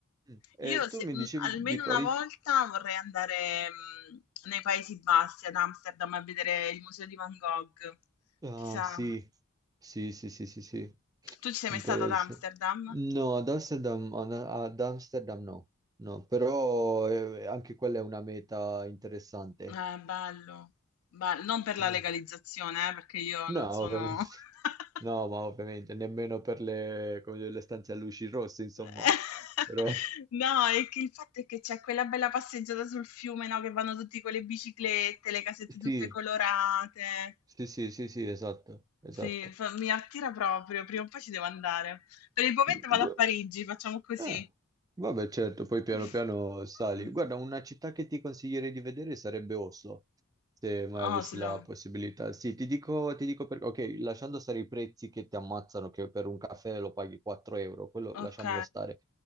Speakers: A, on the right; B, on the left.
A: Mm. E
B: Io se-
A: tu mi
B: mh,
A: dicevi
B: almeno
A: di Parigi...
B: una volta vorrei andare mh, nei Paesi Bassi, ad Amsterdam, a vedere il museo di Van Gogh.
A: Ah,
B: Ti sa?
A: ah, sì. Sì, sì, sì, sì, sì.
B: Tu ci sei
A: Interesse.
B: mai stata ad Amsterdam?
A: No, ad Amsterdam, ad ad Amsterdam no. No, però eh, anche quella è una meta interessante.
B: Eh, bello, bello. Non per
A: Sì.
B: la legalizzazione, eh, perché io
A: No,
B: non sono...
A: ovviamente.
B: <laughs>
A: No, ma ovviamente nemmeno per le, come dire, le stanze a luci rosse, insomma.
B: <laughs>
A: Però <laughs>
B: No, è che il fatto è che c'è quella bella passeggiata sul fiume, no, che vanno tutti con le biciclette, le casette tutte
A: sì,
B: colorate.
A: sì, sì, sì, sì, esatto, esatto.
B: Sì, fa- mi attira proprio, prima o poi ci devo andare. Per il momento
A: Mm,
B: vado
A: gu-
B: a Parigi, facciamo così.
A: eh, vabbè, certo, poi piano
B: <laughs>
A: piano sali. Guarda, una città che ti consiglierei di vedere sarebbe Oslo, se mai avessi
B: Oslo,
A: la possibilità. Sì, ti dico, ti dico perché, ok, lasciando stare i prezzi che ti ammazzano, che per un caffè lo paghi 4 euro, quello
B: ok,
A: lasciamolo stare.